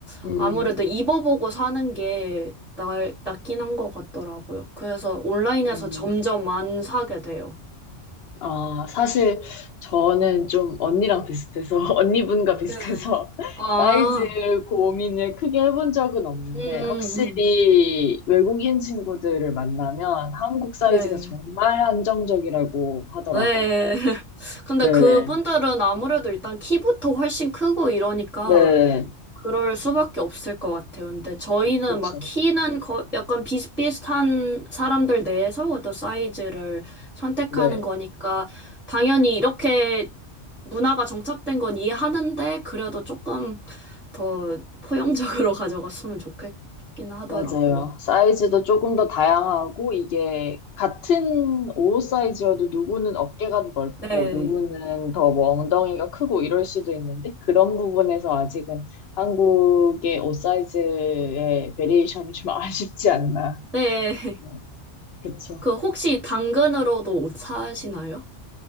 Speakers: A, on the left; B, in the centre.
A: 음,
B: <laughs> 아무래도 입어보고 사는 게 나, 낫긴 한 것 같더라고요. 그래서 온라인에서
A: 음,
B: 점점 안 사게 돼요.
A: 아, 사실 저는 좀 언니랑 비슷해서, <laughs> 언니분과 비슷해서
B: 네.
A: <laughs>
B: 아,
A: 사이즈 고민을 크게 해본 적은 없는데
B: 음, 음,
A: 확실히
B: 음.
A: 외국인 친구들을 만나면 한국 사이즈가
B: 네.
A: 정말 한정적이라고 하더라고요.
B: 네. <laughs> 근데
A: 네,
B: 그분들은 아무래도 일단 키부터 훨씬 크고 이러니까
A: 네,
B: 그럴 수밖에 없을 것 같아요. 근데 저희는
A: 그쵸.
B: 막 키는 거, 약간 비슷비슷한 사람들 내에서 또 사이즈를 선택하는
A: 네,
B: 거니까 당연히 이렇게 문화가 정착된 건 이해하는데 그래도 조금 더 포용적으로 <laughs> 가져갔으면 좋겠긴 하더라고요.
A: 맞아요. 사이즈도 조금 더 다양하고, 이게 같은 옷 사이즈여도 누구는 어깨가 넓고,
B: 네.
A: 누구는 더 뭐 엉덩이가 크고 이럴 수도 있는데, 그런 부분에서 아직은 한국의 옷 사이즈의 베리에이션이 좀 <laughs> 아쉽지 않나.
B: 네. <laughs>
A: 네, 그쵸.
B: 그 혹시 당근으로도 옷 사시나요?